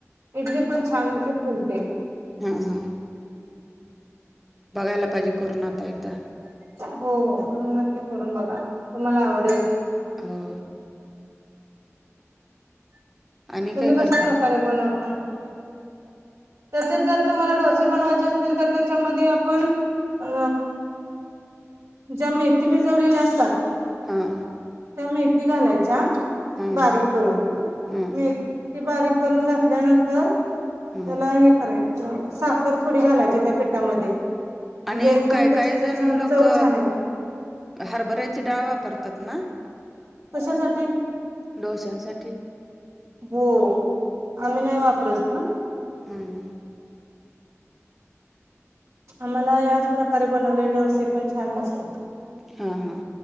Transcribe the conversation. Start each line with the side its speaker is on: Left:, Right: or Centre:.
Right: इडली पण छान फुलते.
Centre: हम हम. बघायला पाहिजे करून एकदा आता.
Right: हो हो करून नक्की करून बघा तुम्हाला आवडेल.
Centre: हो. आणि
Right: तुम्ही
Centre: काय करता
Right: कशा प्रकारे बनवता? तसेच जर तुम्हाला डोसे बनवायचे असतील तर त्याच्यामध्ये आपण अ ज्या मेथी भिजवलेल्या असतात.
Centre: हां.
Right: त्या मेथी घालायच्या
Centre: हा
Right: बारीक करून
Centre: हा
Right: मेथी बारीक करून घातल्यानंतर
Centre: हा
Right: त्याला हे करायचं साखर थोडी घालायची त्या पिठामध्ये. म्हणजे
Centre: आणि
Right: एकदम
Centre: काय
Right: टेक्स्चर
Centre: काही जण
Right: छान
Centre: लोक
Right: चव छान येते
Centre: हरभऱ्याची डाळ वापरतात ना.
Right: कशासाठी?
Centre: डोशांसाठी.
Right: हो आम्ही नाही वापरत पण‌.
Centre: हम हम.
Right: आम्हाला याच प्रकारे बनवलेले डोसे पण छान लागते
Centre: हा हा